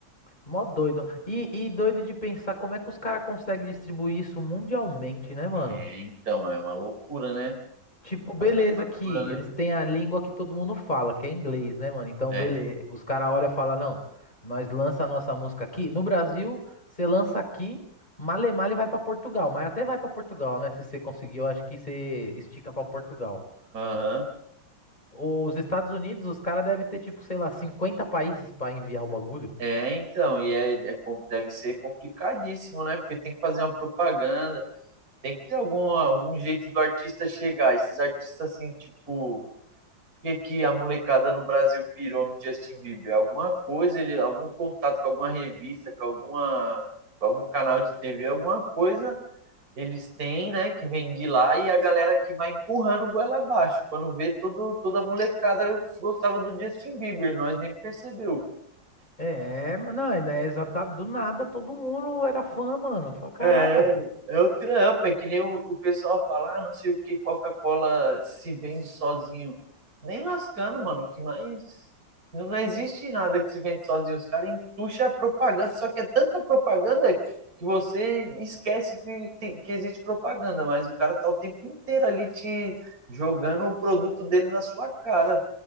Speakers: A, on the left; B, on the right.
A: Mó doido. E, e doido de pensar como é que os caras conseguem distribuir isso mundialmente, né, mano?
B: É, então, é uma loucura, né?
A: Tipo, beleza
B: As gravadoras,
A: que eles
B: né?
A: têm a língua que todo mundo fala, que é inglês, né, mano? Então,
B: É,
A: beleza. Os caras olham e falam, não, nós lança a nossa música aqui. No Brasil, você lança aqui, male male vai pra Portugal. Mas até vai pra Portugal, né? Se você conseguir, eu acho que você estica pra Portugal.
B: aham.
A: Os Estados Unidos, os caras devem ter, tipo, sei lá, 50 países pra enviar o bagulho.
B: É, então, e é, é com- deve ser complicadíssimo, né? Porque tem que fazer uma propaganda, tem que ter algum, algum jeito do artista chegar. Esses artistas, assim, tipo, que, que a molecada no Brasil pirou no Justin Bieber? Alguma coisa, ele, algum contato com alguma revista, com, alguma, com algum canal de TV, alguma coisa eles têm, né, que vem de lá e a galera que vai empurrando o goela abaixo. Quando vê, todo, toda a molecada gostava do Justin Bieber, nós nem percebeu.
A: É, mas não, ainda é exatamente do nada, todo mundo era fã, mano. Fala, caraca.
B: É, é o trampo, é que nem o, o pessoal fala, ah, não sei o que, Coca-Cola se vende sozinho. Nem lascando, mano, que mais. Não, não existe nada que se vende sozinho. Os caras entucham a propaganda, só que é tanta propaganda que você esquece que, tem- que existe propaganda, mas o cara tá o tempo inteiro ali te jogando o produto dele na sua cara.